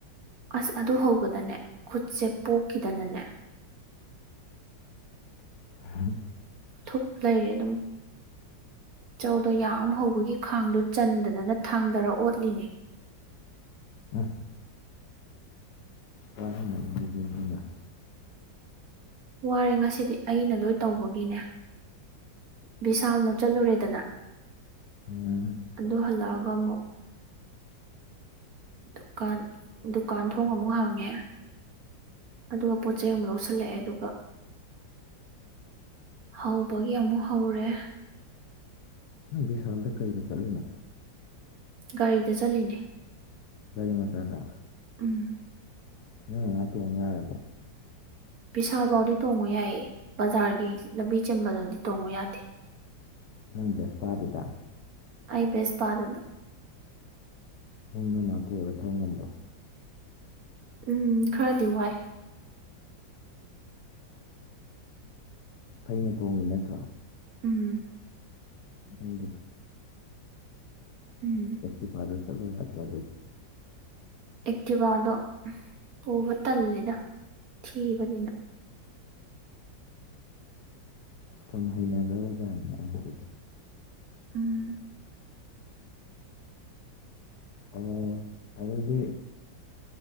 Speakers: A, on the right (about 55°); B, on the left (about 65°).
A: ꯑꯁ ꯑꯗꯨ ꯍꯧꯕꯗꯅꯦ ꯈꯨꯠꯁꯦ ꯄꯣꯛꯈꯤꯗꯅꯅꯦ
B: ꯎꯝ <unintelligible> <inaudible>
A: ꯊꯨꯞ ꯂꯩꯔꯦ ꯑꯗꯨꯝ ꯆꯧꯗꯣ ꯌꯥꯝ ꯍꯧꯕꯒꯤ ꯈꯥꯡꯗꯨ ꯆꯟꯗꯗꯅ ꯊꯥꯡꯗꯔ ꯑꯣꯠꯂꯤꯅꯦ <unintelligible> <inaudible>
B: ꯎꯝ <unintelligible> <inaudible> ꯀ <unintelligible> <inaudible>
A: ꯋꯥꯔꯦ ꯉꯁꯤꯗꯤ ꯑꯩꯅ ꯂꯣꯏ ꯇꯧꯕꯒꯤꯅꯦ ꯕꯤꯁꯥꯜ ꯃꯨꯠꯆꯠꯜꯂꯨꯔꯦꯗꯅ
B: ꯎꯝ
A: ꯑꯗꯨ ꯍꯜꯂꯛꯑꯒ ꯑꯃꯨꯛ ꯗꯨꯀꯥꯟ ꯗꯨꯀꯥꯟ ꯊꯣꯡ ꯑꯃꯨꯛ ꯍꯥꯡꯉꯦ ꯑꯗꯨꯒ ꯄꯣꯠ ꯆꯩ ꯑꯃ ꯂꯧꯁꯤꯜꯂꯛꯑꯦ ꯑꯗꯨꯒ ꯍꯧꯕꯒꯤ ꯑꯃꯨꯛ ꯍꯧꯔꯦ
B: ꯪ ꯕꯤꯁꯥꯜꯗ ꯀꯩꯗ ꯆꯠꯂꯤꯅꯣ
A: ꯒꯥꯔꯤꯗ ꯆꯠꯂꯤꯅꯦ
B: ꯔꯤꯃꯆꯥꯗ
A: ꯎꯝ
B: ꯎꯝ ꯉ ꯇꯣꯡꯉ ꯍꯥꯏꯔꯦꯕꯣ
A: ꯕꯤꯚꯤꯁꯥꯜꯐꯥꯎꯗꯤ ꯇꯣꯡꯕ ꯌꯥꯏꯌꯦ ꯕꯖꯥꯔꯒꯤ ꯂꯝꯕꯤ ꯆꯦꯟꯕꯗꯗꯤ ꯇꯣꯡꯕ ꯌꯥꯗꯦ
B: ꯅꯪ ꯕꯦꯁꯄꯥꯗꯨꯗ
A: ꯑꯩꯕꯁ ꯄꯥꯗꯨꯗ
B: ꯍꯅ ꯃꯥ ꯀꯊꯧꯧ ꯉꯪꯕ꯭ꯔ
A: ꯎꯝ ꯈꯥꯗ ꯍꯥꯏꯏ
B: ꯐꯩꯅ ꯇꯣꯡꯉꯤ ꯅꯠꯇ꯭ꯔꯣ
A: ꯎꯝ <unintelligible> <inaudible>
B: ꯂꯤ ꯃꯤ ꯏ
A: ꯎꯝ
B: ꯏꯐꯗ ꯆꯂ ꯍꯥꯏꯗꯕꯗꯗꯤ
A: ꯑꯦꯛꯇꯤꯚꯥꯗꯣ ꯄꯨꯕ ꯇꯜꯜꯂꯤꯦꯗ ꯊꯤꯕꯅꯤꯅ
B: ꯁꯨꯝ ꯍꯩꯅꯕ꯭ꯔ ꯑꯣꯖꯥꯅꯤꯌꯥꯝꯗꯤ
A: ꯎꯝ
B: ꯑꯣ ꯑꯗꯨꯗꯤ